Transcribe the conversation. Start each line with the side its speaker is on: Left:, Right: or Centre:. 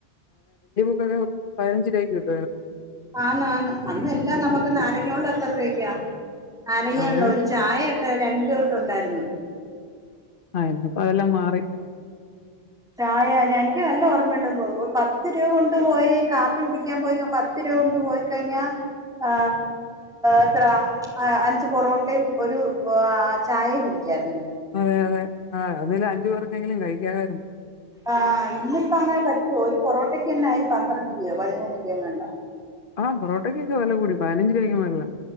Left: <unintelligible> പതിനഞ്ച രൂപാക്ക് കി
Centre: ആന്ന് ആന്ന് അന്നെല്ലാം നമ്മുക്ക് കഞ്ഞോള്ള എത്ര രൂപക്കാ? അറങ്ങൊള്ളൂ
Left: അതെ
Centre: ഒരു ചായ രണ്ട് <unintelligible> ണ്ടായിരുന്നു
Left: ആയിരുന്നു ഇപ്പംഅതെല്ലാം മാറി
Centre: ചായ ഞാൻ എനിക്ക് നല്ല ഓർമ്മയുണ്ട് പത്ത് രൂപ കൊണ്ട് പോയി കാപ്പി കുടിക്കാൻ പോയി പത്ത് രൂപ കൊണ്ട് പോയി കഴിഞ്ഞാ ആ എത്ര അഞ്ച് പൊറോട്ടയും ഒരു ചായയും കുടി ക്കാരുന്നു
Left: അതെ അതെ ആ <unintelligible> അഞ്ചു പേർക്കെങ്കിലും കഴിക്കാമായിരുന്നു
Centre: ആ ഇന്നിപ്പങ്ങനെ പറ്റുവോ ഒരു പൊറോട്ടക്ക് തന്നെ ആയി പന്ത്രണ്ട് രൂപയോ പതിമൂന്ന് രൂപയോ എങ്ങാണ്ടാ
Left: ആ പോറോട്ടക്ക് ഒക്കെവെല കൂടി പതിനഞ്ച് രൂപക്ക് മേളിലാ